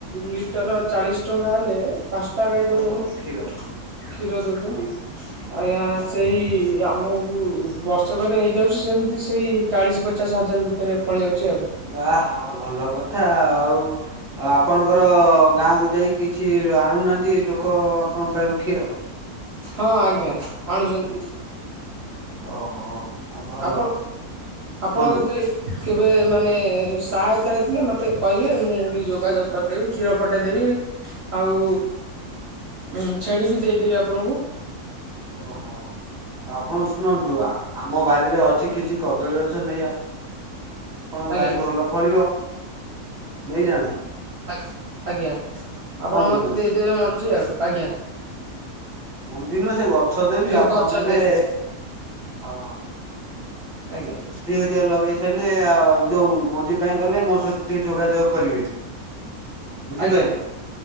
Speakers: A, on the right; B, in the centre.
A: ଲିଟର। ଚାଳିଶ ଟଙ୍କା ହେଲେ ପାଞ୍ଚ ଟା ଗାଈ ଦେଉଚନ୍ତି
B: ଓହୋ କ୍ଷୀର
A: କ୍ଷୀର ଦେଉଚନ୍ତି।
B: ହଁ
A: <unintelligible>
B: ହଁ
A: ସେଇ ଆମକୁ ବର୍ଷକରେ ହେଇଯାଉଚି ସେମତି ସେଇ ଚାଳିଶ ପଚାଶ, ହଜାର ଭିତେରେ। ପଳେଇ ଯାଉଚି ଆଉ।
B: ଆହା ଭଲ କଥା ଆ ଆଉ ଆପଣଙ୍କର ଗାଁକୁ ଯାଇ କିଛି ଆଣୁନାହାନ୍ତି? ଲୋକ ଆପଣ ପାଇଁ କ୍ଷୀର
A: ହଁ ଆଜ୍ଞା, ଆଣୁଚନ୍ତି।
B: ଓହୋ! ଆଉ ଭଲ
A: ଆପଣ ଆପଣ
B: କୁହନ୍ତୁ
A: କତିରେ? କେବେ ମାନେ ସହାୟତା ହେଇଥିଲେ ମତେ କହିବେ। ମୁଁ ବି ଯୋଗାଯୋଗ କର୍ ଦେବି କ୍ଷୀର ପଟେଦେବି ଆଉ। ଉଁ ଛେଳି ବି ଦେଇଦେବି ଆପଣଙ୍କୁ‌।
B: ଓହୋ, ଆପଣ ଶୁଣନ୍ତୁ, ଆମ ବାରିରେ ଅଛି କିଛି କଦଳୀ ଗଛ ନେଇ ଆପ୍। ଆପଣ
A: ଆଜ୍ଞା
B: ବାରି ଭଲ ଫଳିବ ନେଇଯାଆନ୍ତୁ।
A: ଆକ୍ ଆଜ୍ଞା ଆପଣ
B: କଣ କହୁଛନ୍ତି
A: ମୋତେ ଦେଇଦେବେ ମଞ୍ଜି ଆଉ ଆଜ୍ଞା
B: ମଞ୍ଜି ନୁହଁ ସେ ଗଛ ଦେବି।
A: ସେ
B: ଆପଣ
A: ଗଛ
B: ନେବେ
A: ଦେଇଦେବେ
B: ହଁ?
A: ଆଜ୍ଞା।
B: ‌ଦି ଘରିଆ ଲଗେଇ ସାଇଲେ ଆଉ ଯୋଉ ମଞ୍ଜି ପାଇଁ ଗଲେ ମୋ ସହିତ ଟିକେ ଯୋଗାଯୋଗ କରିବେ। ବୁଝିପାଇଲେ
A: ଆଜ୍ଞା